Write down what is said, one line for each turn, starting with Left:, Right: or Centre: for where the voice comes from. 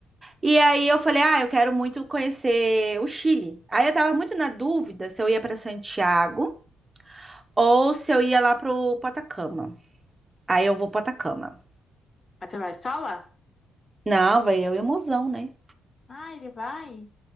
Right: E aí, eu falei, ah, eu quero muito conhecer o Chile. Aí, eu tava muito na dúvida se eu ia para Santiago, Ou se eu ia lá pro pro Atacama. Aí eu vou pro Atacama.
Left: Mas você vai sola?
Right: Não, vai eu e o mozão, né?
Left: Ah, ele vai?